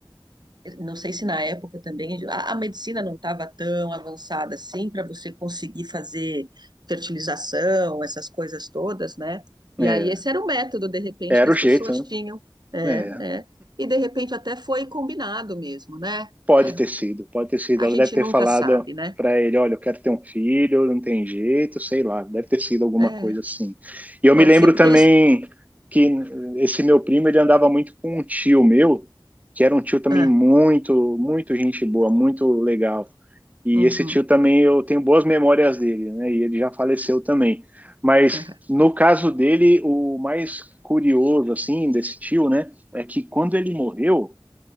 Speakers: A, on the right (about 55°); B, on the right (about 15°).
A: Não sei se na época também a, a medicina não estava tão avançada assim para você conseguir fazer fertilização, essas coisas todas, né? E
B: É,
A: aí esse era o método, de repente,
B: era
A: que as
B: o jeito,
A: pessoas
B: né?
A: tinham. É,
B: É,
A: é. E de repente até foi combinado mesmo, né?
B: Pode
A: É,
B: ter sido, pode ter sido.
A: a
B: Ela
A: gente
B: deve ter
A: nunca
B: falado
A: sabe, né?
B: para ele, olha, eu quero ter um filho, não tem jeito, sei lá, deve ter sido alguma
A: É,
B: coisa assim. E eu
A: pode
B: me lembro
A: ser, porque
B: também
A: eles.
B: que esse meu primo, ele andava muito com um tio meu, que era um tio também
A: Ah,
B: muito, muito gente boa, muito legal. E
A: uhum,
B: esse tio também eu tenho boas memórias dele, né? E ele já faleceu também. Mas
A: é,
B: no caso dele, o mais curioso assim desse tio, né, é que quando ele morreu